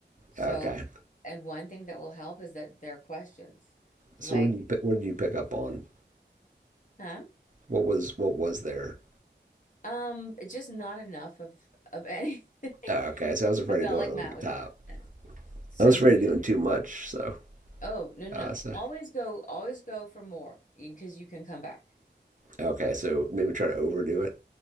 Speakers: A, on the left; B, on the right.
A: So,
B: okay.
A: and one thing that will help is that there are questions. Like,
B: So what did you what did you pick up on?
A: huh?
B: What was what was there?
A: Um, it's just not enough of of anything. <laughs>
B: Oh, okay, so I was afraid
A: I felt
B: of going
A: like
B: over
A: Matt
B: the top.
A: was <laughs> So
B: I was
A: you,
B: afraid of doing too much. So
A: oh, no, no,
B: uh,
A: no.
B: so
A: Always go, always go for more because you 'cause you can come back.
B: okay, so maybe try to overdo it.